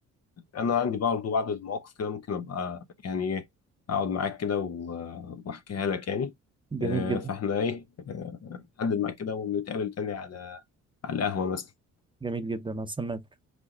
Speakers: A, on the left; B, on the right.
A: انا عندي برضه بعض المواقف كده ممكن ابقى يعني ايه اقعد معاك كده و- واحكيها لك يعني
B: جميل
A: آه،
B: جدا
A: فاحنا ايه آه، نحدد معاك كده ونتقابل تاني على على القهوة مثلا
B: جميل جدا هستناك